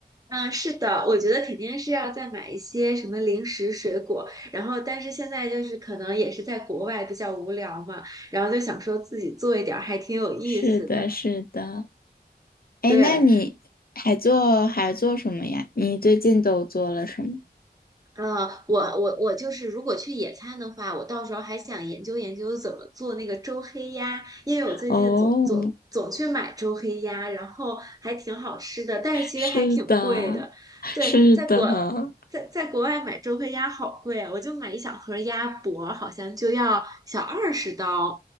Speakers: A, on the right; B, on the left.
A: 嗯，是的，我觉得肯定是要再买一些什么零食、水果，然后但是现在就是可能也是在国外比较无聊嘛。然后就想说自己做一点儿还挺有意思的，
B: 是的，是的。哎，
A: 对，
B: 那你还做还做什么呀？你最近都做了什么？
A: 呃，我我我就是，如果去野餐的话，我到时候还想研究研究怎么做那个周黑鸭，因为我最近总总总去买周黑鸭，
B: 哦，
A: 然后还挺好吃的，但是其实还挺贵的。
B: 是的，
A: 对，
B: 是的。
A: 在国在在国外买周黑鸭好贵啊，我就买一小盒鸭脖，好像就要小二十刀，